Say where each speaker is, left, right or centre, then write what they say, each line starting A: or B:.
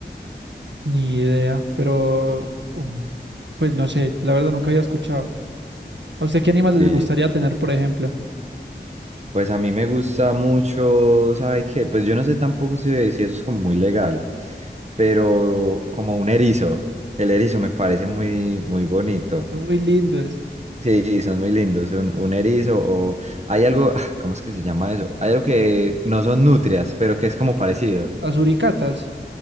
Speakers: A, on the right; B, on the right.
A: Ni idea, pero um, pues no sé, la verdad nunca había escuchado. ¿A usted qué animales
B: Sí,
A: les gustaría tener, por ejemplo?
B: pues a mí me gusta mucho, ¿sabe qué? Pues yo no sé tampoco si, si eso es como muy legal, pero como un erizo, el erizo me parece muy, muy bonito.
A: Son muy lindos.
B: Sí, son muy lindos, son un erizo o hay algo, ah, ¿cómo es que se llama eso? Hay algo que no son nutrias, pero que es como parecido.
A: Las uricatas.